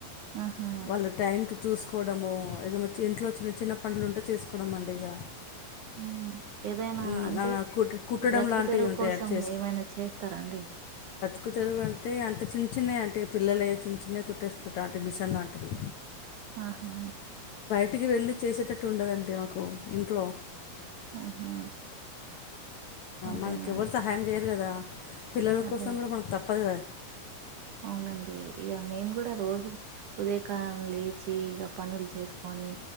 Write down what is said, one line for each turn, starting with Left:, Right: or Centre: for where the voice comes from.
Right: ఆహా
Left: వాళ్ళ టైంకి చూసుకోవడము ఇక మ ఇంట్లో చిన్న చిన్న పనులు ఉంటే చేసుకోవడం అండి ఇక
Right: హూ హమ్ ఏదైనా
Left: హ్మ్.
Right: అంటే
Left: ఆ! కుట్ కుట్టడం
Right: బ్రతుకు
Left: లాంటివి
Right: తెరువు
Left: ఉంటాయండి
Right: కోసం ఏమైనా చేస్తారా అండి
Left: తుకు దెరువు అంటే అంత చిన్న చిన్నయి అంటే పిల్లల చిన్నవి కుట్టేసుకుంటా అంటే మిషన్ లాంటిది
Right: ఆహా
Left: ఇంటికి వెళ్ళి చేసేటట్టు ఉండదండి మాకు ఇంట్లో
Right: ఆహా అంతేనండి
Left: మనకి ఎవరు సహాయం చేయరు కదా పిల్లల
Right: అదే
Left: కోసం కూడా మనకు తప్పదు కదా
Right: అవునండి ఇక మేము కూడా రోజు ఉదయ కాల లేచి ఇక పనులు చేసుకొని కానీ